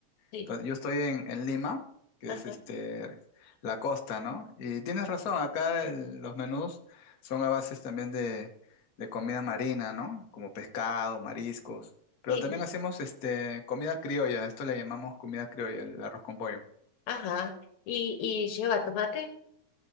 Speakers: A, on the left (about 75°); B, on the left (about 60°).
A: Sí,
B: Entonces, Yo estoy en, en Lima, que
A: ajá,
B: es este, la costa, ¿no? Y tienes razón, acá el- los menús son a bases también de, de comida marina, ¿no? Como pescado, mariscos. Pero
A: sí,
B: también hacemos este, comida criolla, esto le llamamos comida criolla, el arroz con pollo.
A: ajá. ¿Y, y lleva tomate?